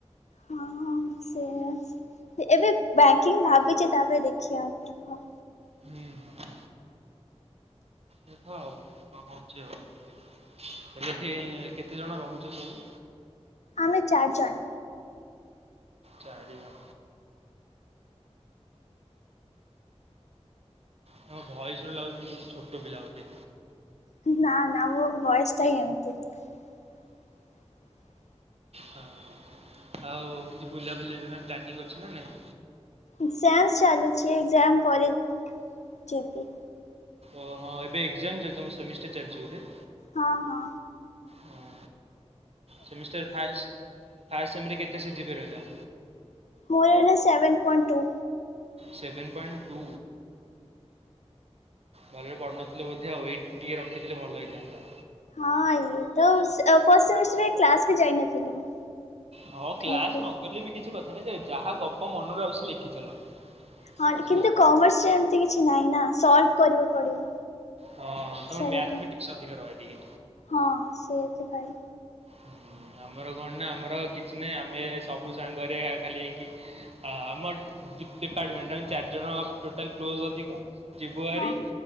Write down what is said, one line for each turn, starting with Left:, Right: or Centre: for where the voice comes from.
Left: ହଁ ହଁ ସେଇଆ ଏବେ ବ୍ୟାଙ୍କିଙ୍ଗ ଭାବିଛି ତାପରେ ଦେଖିବା ଆଉ କଣ ହବ।
Right: ହୁଁ ହୁଁ ଦେଖ ଆଉ କଣ ହୋଉ ଚ ହେଲେ ସେଠି କେତେ ଜଣ ରହୁଛ ସବୁ।
Left: ଆମେ ଚାରି ଜଣ।
Right: ଚାରି ଜଣ। ତମ ଭଏସ ରୁ ଲାଗୁଛି ବହୁତ ଛୋଟ ପିଲା ବୋଧେ?
Left: ନା ନା ମୋ ଭଏସ ଟା ହିଁ ଏମିତି। <inaudible>
Right: ହଉ ହଉ ଆଉ କିଛି ବୁଲାବୁଲି ବି ପାଇଁ ପ୍ଲାନିଂ ଅଛି ନା ନାଇଁ।
Left: ଏକ୍ଜାମ ଚାଲୁଛି ଏକ୍ଜାମ ପରେ ଯିବି।
Right: ଓ ହଁ ଏବେ ଏକ୍ଜାମ ଚାଲିଛି ତମ ସେମିଷ୍ଟର ଚାଲିଛି ବୋଧେ?
Left: ହଁ ହଁ।
Right: ହଁ, ସେମିଷ୍ଟାର ଫାଷ୍ଟ ଫାଷ୍ଟ ସେମ ରେ କେତେ ସି ଜି ପି ଏ ରହିଲା।
Left: ମୋର ରହିଲା seven point two.
Right: Seven point two ଭଲରେ ପଢିନଥିଲ ବୋଧେ ଆଉ ଏଇଟି ରଖିଥିଲେ ଭଲ ହେଇଥାନ୍ତା।
Left: ହଁ ଇଏ ତ ଫଷ୍ଟ ସେମିଷ୍ଟର କ୍ଲାସ ବି ଯାଇନଥିଲି ମୁଁ।
Right: ହଁ କ୍ଲାସ
Left: ଏତେ
Right: ନକଲେ ବି କିଛି କଥା ନାହିଁ ଯେ ଯାହା ଗପ ମନରୁ ଆସୁଛି ଲେଖିଚାଲ।
Left: ହଁ
Right: କିଛି
Left: କିନ୍ତୁ
Right: କଥା
Left: କମର୍ସରେ ଏତେ କିଛି ନାଇଁ ନା ସଲଭ କରିବାକୁ ପଡିବ
Right: ହଁ ହଁ ତମର
Left: ସବୁକୁ।
Right: ମ୍ୟାଥମେଟିକ୍ସ ଅଧିକ ରହେ ଟିକେ
Left: ହଁ ସେୟା <unintelligible>
Right: ହ ଆମର କଣ ନା ଆମର କିଛି ନାହିଁ ଆମେ ସବୁ ସାଙ୍ଗରେ ଖାଲି ହେଇକି ଆମ ଡିପାର୍ଟମେଣ୍ଟ ଆମେ ଚାରି ଜଣ ଟୋଟାଲ କ୍ଲୋଜ ଅଧିକ ଯିବୁ ଆରି
Left: ହଁ